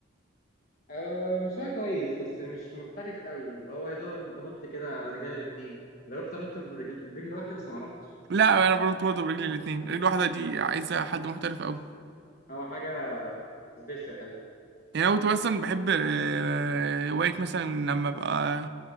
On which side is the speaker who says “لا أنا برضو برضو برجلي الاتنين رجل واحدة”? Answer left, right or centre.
Right